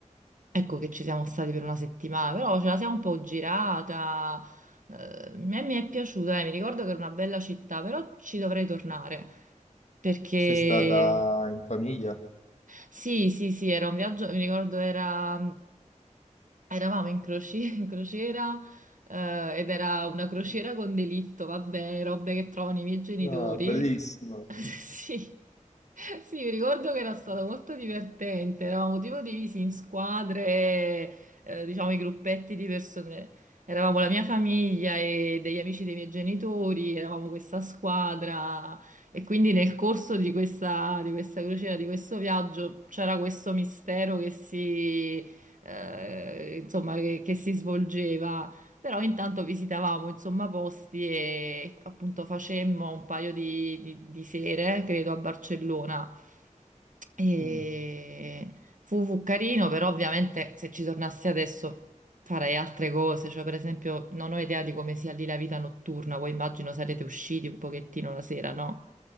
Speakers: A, on the right; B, on the left.
A: Ecco che ci siamo stati per una settimana, però ce la siamo un po' girata. eh, a me mi è piaciuta, eh, mi ricordo che era una bella città, però ci dovrei tornare perché
B: Sei stata in famiglia?
A: sì, sì, sì, era un viaggio, mi ricordo era Eravamo in, croci- <laughs> in crociera eh, ed era una crociera con delitto, vabbè, robe che trovano i miei genitori.
B: Ah, bellissimo.
A: <laughs> Sì, sì, mi ricordo che era stato molto divertente, eravamo tipo divisi in squadre, eh, diciamo i gruppetti di persone. Eravamo la mia famiglia e degli amici dei miei genitori, eravamo questa squadra e quindi nel corso di questa, di questa crociera, di questo viaggio, c'era questo mistero che si eh, insomma, che, che si svolgeva. Però intanto visitavamo, insomma, posti e appunto facemmo un paio di, di- di sere, credo, a Barcellona. E
B: Mm.
A: fu, fu carino, però ovviamente se ci tornassi adesso farei altre cose. Cioè, per esempio, non ho idea di come sia lì la vita notturna. Voi immagino sarete usciti un pochettino la sera, no?